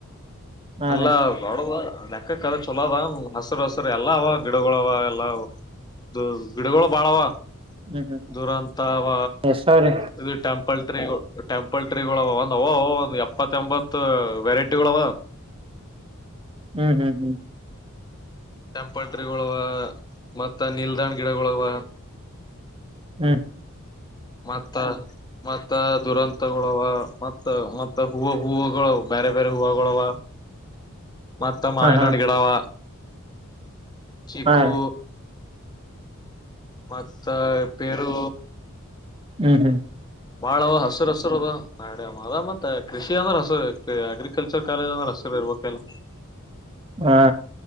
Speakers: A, on the right; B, on the left.
A: ಹಾ
B: ಅಲ್ಲ
A: ರೀ
B: ಅ ಲೆಕ್ಕಕ್ಕದ ಚಲೋ ಅದ ಹಸುರ ಹಸುರ ಎಲ್ಲ ಅವ ಗಿಡಗಳ ಅವ ಎಲ್ಲ ದು ಗಿಡಗಳ ಬಾಳವಾ
A: ಹ್ಮ್ ಹ್ಮ್
B: ದುರಂತ ಅವ
A: ಎಷ್ಟ ಅವ್ರಿ
B: ಇದು ಟೆಂಪಲ್ ಟ್ರಿಗಳು ಟೆಂಪಲ್ ಟ್ರಿ ಟ್ರೀಗಳು ಅವ ಒಂದ ಅವೋ ಎಪ್ಪತ್ತ ಎಂಬತ್ತ ವೆರೈಟಿಗೋಳವ
A: ಹ್ಮ್ ಹ್ಮ್ ಹ್ಮ್
B: ಕೆಂಪಟ್ರಿಗೋಳವ ಮತ್ತ ನಿಲ್ದಾಣ ಗಿಡಗೋಳವ
A: ಹ್ಮ್
B: ಮತ್ತ ಮತ್ತ ದುರಂತಗೋಳವ ಮತ್ತ ಮತ್ತ ಹೂವ ಹೂವುಗಳು ಬ್ಯಾರೆ ಬ್ಯಾರೆ ಹೂವಗೋಳವ ಮತ್ತ ಮಾವಿನಹಣ್ಣ
A: ಹಾ ಹಾ
B: ಗಿಡ ಅವ ಚಿಕ್ಕು
A: ಹಾ ರೀ
B: ಮತ್ತ ಪೇರು
A: ಹ್ಮ್ ಹ್ಮ್
B: ಬಾಳವ ಹಸರ ಹಸರ ಅದ ನಾಡೆಮ ಅದ ಮತ್ತ ಕೃಷಿ ಅಂದ್ರ ಹಸರ ಅಗ್ರಿಕಲ್ಚರ್ ಕಾಲೇಜ್ ಅಂದ್ರೆ ಹಸರ ಇರ್ಬೇಕಲ್ಲ
A: ಹ